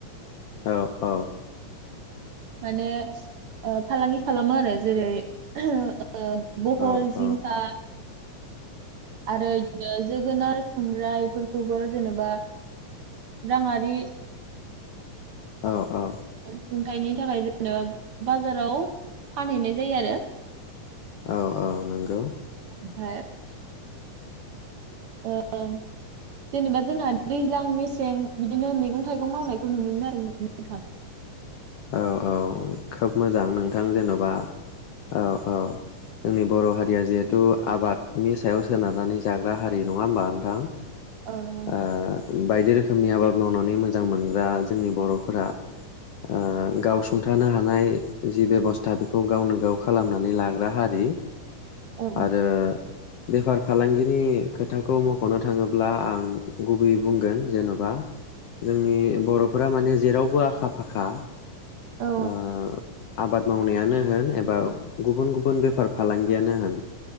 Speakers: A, on the left; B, on the right.
A: औ औ
B: माने ओ फालांगि खालामो आरो जेरै ओ बहल
A: औ औ
B: जिंखा आरो इदिनो जोगोनार खुमब्रा इफोरखौबो जेनेबा राङारि
A: अ अ
B: ओमखायनि थाखाय जोङो बाजाराव फानहैनाय जायो आरो
A: औ औ नंगौ
B: ओफ्राय ओ जेनेबा जोंना दैज्लां मेसें बिदिनो मैगं थाइगं मावनायखौ नुनोमोनो आरो नोंथां
A: औ औ औ खोब मोजां नोंथां जेनबा ओ औ जोंनि बर हारिया जिहेथु आबादनि सायाव सोनारनानै जाग्रा हारि नङा हबा नोंथां?
B: औ नंगौ नोंथां
A: ओ बायदि रोखोमनि आबाद मावनानै मोजां मोनग्रा जोंनि बरफोरा ओ गावसुंथानो हानाय जि बेबस्था बेखौ गावनो गाव खालामनानै लाग्रा हारि
B: औ
A: आरो बेफार फालांगिनि खोथाखौ मखनो थाङोब्ला आं गुबैयै बुंगोन जेनबा जोंनि बर फोरा माने जेरावबो आखा फा खा
B: औ
A: ओ आबाद मावनायानो होन एबा गुबुन गुबुन बेफार फालांगियानो होन